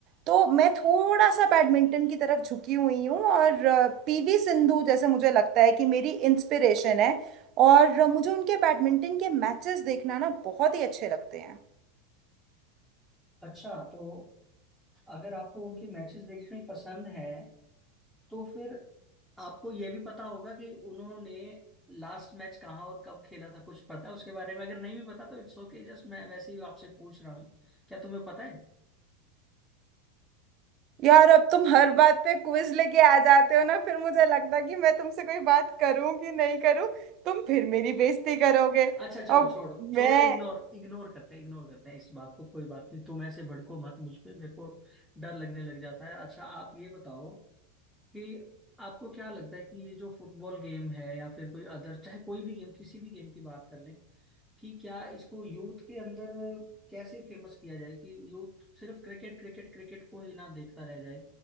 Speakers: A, on the right; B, in the centre.
A: तो मैं थोड़ा सा बैडमिंटन की तरफ झुकी हुई हूँ और पीवी सिंधु जैसे मुझे लगता है कि मेरी इंस्पिरेशन है और अ, मुझे उनके बैडमिंटन के मैचेस देखना ना बहुत ही अच्छे लगते हैं
B: अच्छा तो अगर आपको उनके मैचेस देखने पसंद हैं तो फिर आपको ये भी पता होगा कि उन्होंने लास्ट मैच कहाँ और कब खेला था कुछ पता है उसके बारे में अगर नहीं भी पता तो इट्स ओके जस्ट मैं वैसे ही आपसे पूछ रहा हूँ क्या तुम्हें पता है
A: यार अब तुम हर बात पे क्विज लेके आ जाते हो ना फिर मुझे लगता है कि मैं तुमसे कोई बात करूं कि नहीं करूं तुम फिर मेरी बेइज्जती करोगे
B: अच्छा चलो
A: अब
B: छोड़ो छोड़ो
A: मैं
B: इग्नोर इग्नोर करते हैं इग्नोर करते हैं इस बात को कोई बात नहीं तुम ऐसे भड़को मत मुझ पे मेरे को डर लगने लग जाता है अच्छा आप ये बताओ कि आपको क्या लगता है कि ये जो फुटबॉल गेम है या फिर कोई अदर चाहे कोई भी गेम किसी भी गेम की बात कर लें कि क्या इसको यूथ के अंदर कैसे फेमस किया जाए कि यूथ सिर्फ क्रिकेट क्रिकेट क्रिकेट को ही ना देखता रह जाए